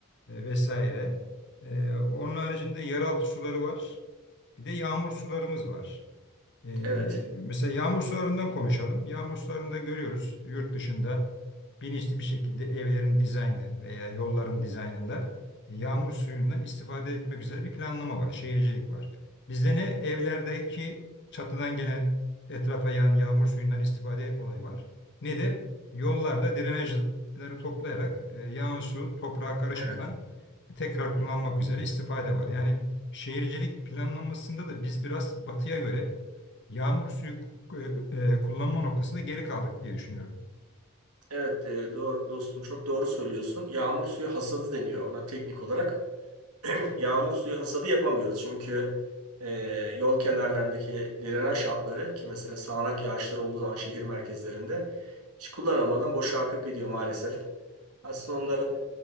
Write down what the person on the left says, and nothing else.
e, vesaire. E, onun haricinde yeraltı suları var. Bir de yağmur sularımız var. Ee,
mesela yağmur sularından konuşalım. Yağmur sularında görüyoruz yurt dışında bilinçli bir şekilde evlerin dizaynı veya yolların dizaynında yağmur suyundan istifade etmek üzere bir planlama var, şehircilik var. Bizde ne evlerdeki çatıdan gelen etrafa yağan yağmur suyundan istifade olayı var, ne de yollarda drenajları toplayarak e, yağan su toprağa karışmadan
tekrar kullanmak üzere istifade var. Yani şehircilik planlanmasında da biz biraz batıya göre yağmur suyu e, e, kullanma noktasında geri kaldık diye düşünüyorum.